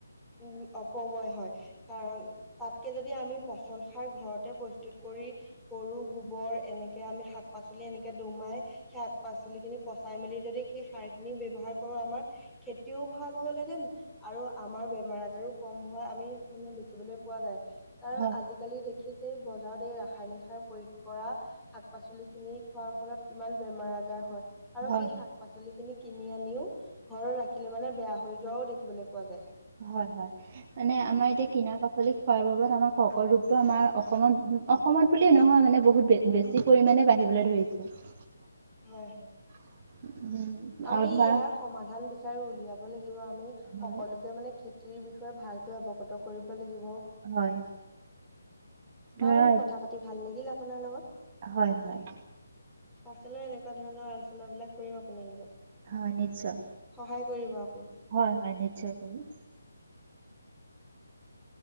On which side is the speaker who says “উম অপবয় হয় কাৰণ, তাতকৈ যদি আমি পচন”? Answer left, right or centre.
Centre